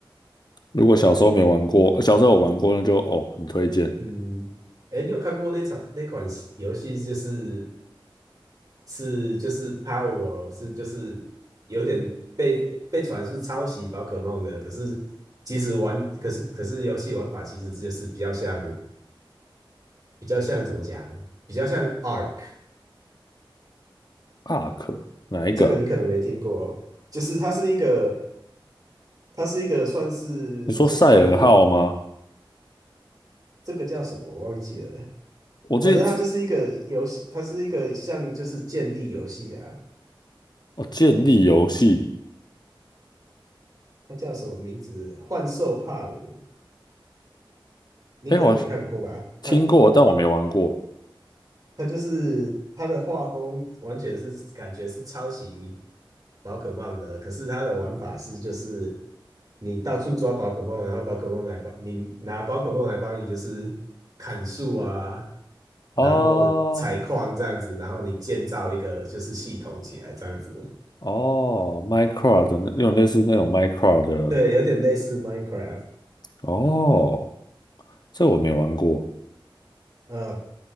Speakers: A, on the left (about 50°); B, on the right (about 45°).
A: 如果小时候没玩过，小时候有玩过，那就哦很推荐。
B: 嗯，哎，你有看过那场那款游戏，就是是就是 Power 是就是有点被被传是抄袭宝可梦的，可是其实玩可是可是游戏玩法其实就是比较像比较像怎么讲，比较像 Ark
A: 阿 r 哪一个啊？
B: 这个你可能没听过，就是它是一个它是一个算是就是
A: 你说赛尔号吗？
B: 这个叫什么我忘记了，
A: 我记得
B: 反正它就是一个游戏，它是一个像就是建立游戏啊，
A: 哦，建立游戏，
B: 它叫什么名字？幻兽帕鲁，你可能没看过吧？
A: 哎，我
B: 它
A: 听过，但我没玩过
B: 他就是他的画风完全是感觉是抄袭宝可梦的，可是他的玩法是就是你到处抓宝可梦，然后宝可梦来帮你拿宝可梦来帮你就是砍树啊，
A: 啊。
B: 然后采矿这样子，
A: 哦
B: 然后你建造一个就是系统起来这样子，
A: 哦，Minecraft 的那有点类似那种 Minecraft 的，
B: 对，有点类似 Minecraft。
A: 哦，这我没玩过。
B: 呃，